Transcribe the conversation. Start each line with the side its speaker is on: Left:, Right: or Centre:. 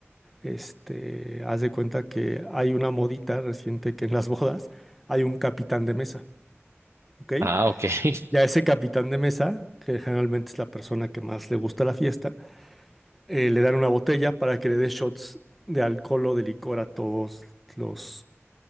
Centre: este, haz de cuenta que hay una modita reciente que en las bodas hay un capitán de mesa, ¿ok?
Right: Ah, ok. <laughs>
Centre: Ya ese capitán de mesa, que generalmente es la persona que más le gusta la fiesta, eh, le dan una botella para que le dé shots de alcohol o de licor a todos los,